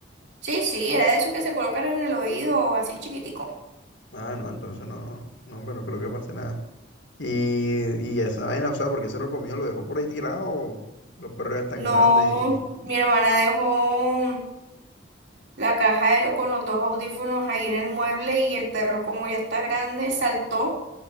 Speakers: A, on the right; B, on the left.
A: Sí, sí, era de esos que se colocan en el oído, así chiquitico.
B: Ah, no, entonces no, no, no, hombre, no creo que pase nada. Y, y esa vaina, o sea, porque se lo comió, lo dejó por ahí tirado, los perros ya están
A: No,
B: grandes y...
A: mi hermana dejó. La caja de lo- con los dos audífonos ahí en el mueble y el perro, como ya está grande, saltó,